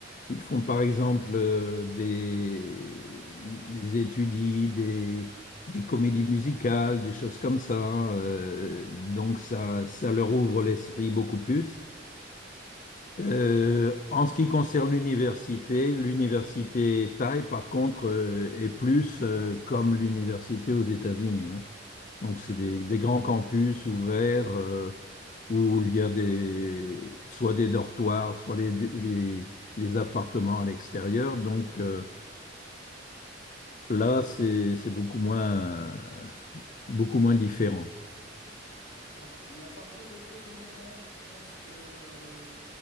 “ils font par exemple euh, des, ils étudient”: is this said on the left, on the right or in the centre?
Left